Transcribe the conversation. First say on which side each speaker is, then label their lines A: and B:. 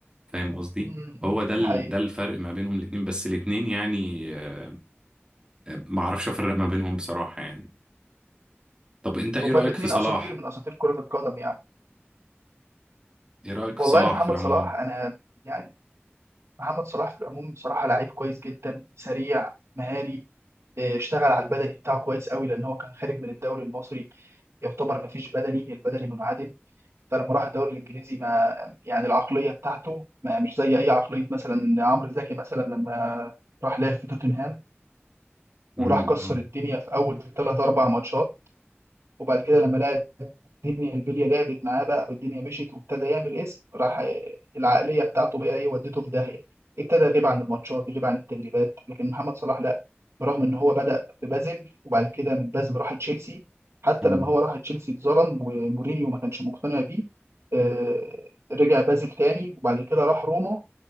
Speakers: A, on the right; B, on the right.
A: فاهم قصدي
B: مم.
A: هو ده ال-
B: حقيقي
A: ده الفرق ما بينهم الاتنين بس الاتنين يعني آه، ما اعرفش افرق ما بينهم بصراحة يعني طب انت ايه
B: هما
A: رأيك
B: الاثنين
A: في صلاح
B: اساطير من اساطير كرة القدم يعني
A: ايه رأيك في
B: والله
A: صلاح
B: يا محمد
A: في العموم
B: صلاح انا يعني محمد صلاح في العموم بصراحة لعيب كويس جدا سريع مهاري إيه، اشتغل على البدني بتاعه كويس قوي لان هو كان خارج من الدوري المصري يعتبر ما فيش بدني البدني منعدم فلما راح الدوري الانجليزي ما يعني العقلية بتاعته ما مش زي اي عقلية مثلا عمرو زكي مثلا لما راح لعب في توتنهام
A: امم
B: وراح كسر
A: آه.
B: الدنيا في اول ثلاث اربع ماتشات وبعد كده لما لعب الدنيا البليه لعبت معاه بقى والدنيا مشيت وابتدى يعمل اسم راح العقليه بتاعته بقى ايه ودته في داهيه ابتدى يغيب عن الماتشات يغيب عن التدريبات لكن محمد صلاح لا برغم ان هو بدأ في بازل وبعد كده من بازل راح تشيلسي حتى
A: أمم.
B: لما هو راح تشيلسي اتظلم ومورينيو ما كانش مقتنع بيه آه، رجع بازل تاني وبعد كده راح روما